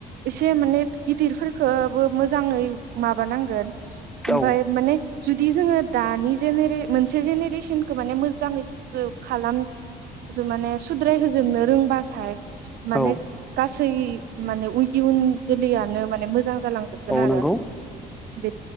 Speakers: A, on the right; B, in the centre.
A: एसे माने गिदिरफोरखोबो मोजाङै माबा नांगोन ओमफाय
B: औ
A: माने जुदि जोङो दानि जेनेरे मोनसे जेनेरेसनखौ माने मोजाङै खालाम माने सुद्राय होजोबनो रोंबाथाय माने
B: औ
A: गास सै माने इउन जोलैयनो माने मोजां जालांजोबगोन
B: औ
A: आरो
B: नंगौ
A: बे